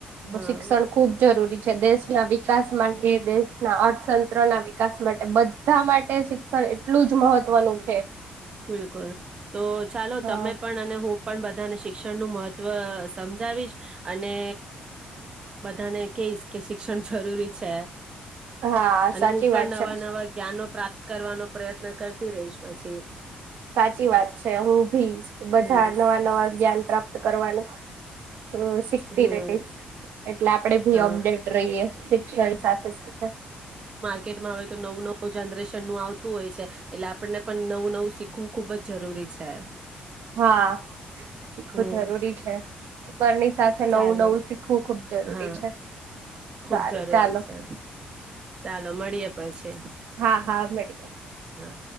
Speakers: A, on the right; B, on the right.
A: હા
B: શિક્ષણ ખૂબ જરૂરી છે, દેશના વિકાસ મા એ દેશના અર્થતંત્ર ના વિકાસ માટે બધ ધા માટે શિક્ષણ એટલું જ મહત્વનું છે.
A: બિલકુલ. તો ચાલો
B: હા
A: તમે પણ અને હું પણ બધાને શિક્ષણ નું મહત્વ સમજાવીશ અને બધાને કહીશ કે શિક્ષણ જરૂરી છે.
B: હા
A: અને
B: સાચી
A: હું પણ
B: વાત છે.
A: નવા નવા જ્ઞાનો પ્રાપ્ત કરવાનો પ્રયત્ન કરતી રહીશ પછી.
B: સાચી વાત છે હું ભી બધા
A: હમ
B: નવા નવા જ્ઞાન પ્રાપ્ત કરવાનું અ શિખતી
A: હમ
B: રહીશ એટલે આપણેે ભી
A: હા
B: અપડેટ રહીએ શિક્ષણ સાથે સાથે.
A: કેટમાં હોય તો નવું નવું જનરેશન નું આવતું હોય છે, એટલે આપણને પણ નવું નવું શીખવું ખુબ જ જરૂરી છે.
B: હા શીખવુ
A: હમ
B: જરૂરી છે. ઉપરની સાથે
A: ચાલો
B: નવું નવું શીખવું ખુબ જરૂરી
A: હા
B: છે
A: ખુબ
B: સારું
A: જરૂરી
B: ચાલો
A: છે, ચાલો મળીએ પછી
B: હા હા મળી
A: હા.